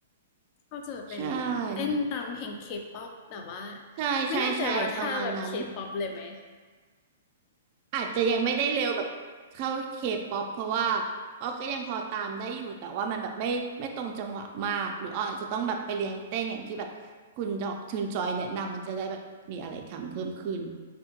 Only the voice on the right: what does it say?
ใช่ใช่ใช่ใช่ประมาณนั้น
อาจจะยังไม่ได้เร็วแบบเข้าเคป๊อปเพราะว่าอ้อก็ยังพอตามได้อยู่แต่ว่ามันแบบไม่ไม่ตรงจังหวะมากหรืออ้ออาจจะต้องแบบไปเรียนเต้นอย่างที่แบบคุณจอชุนจอยแนะนำมันจะได้แบบมีอะไรทำเพิ่มขึ้น